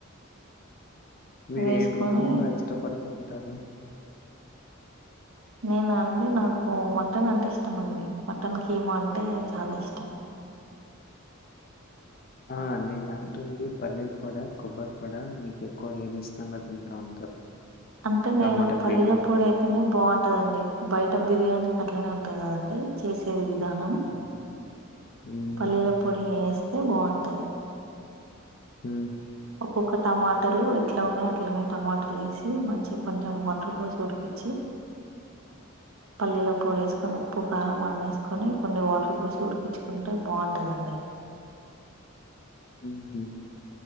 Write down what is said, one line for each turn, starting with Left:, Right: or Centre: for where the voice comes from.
Left: మీరు
Right: వేసుకొని
Left: ఏది ఎక్కువగా ఇష్టపడుతూ ఉంటారు
Right: నేనా అండి నాకు మటన్ అంటే ఇష్టం అండి మటన్ కీమా అంటే చాలా ఇష్టం
Left: ఆ నేను అంటుంది పల్లీల పొడి ఆ కొబ్బరి పొడ మీకు ఎక్కువ ఏది ఇష్టంగా తింటా ఉంటారు
Right: అంటే నేను
Left: టమాటా
Right: పల్లీల
Left: గ్రేవీలో.
Right: పొడి అయితేనే బాగుంటదండి బయట బిర్యానీ అట్లనే ఉంటంది కదండి చేసేది విధానం
Left: హ్మ్. హ్మ్.
Right: పల్లీల పొడి వేస్తే బాగుంటది
Left: ఉ
Right: ఒక్కొక్క టమా టలు ఎట్ల ఉన్నాయో అట్లనే టమాటలు వేసి మంచిగా కొంచెం వాటర్ బోసి ఉడికించి పల్లీలో పొడి వేసుకొని ఉప్పు కారం అన్ని వేసుకొని కొన్ని వాటర్ పోసి ఉడికించుకుంటే బాగుంటదండి
Left: ఊహు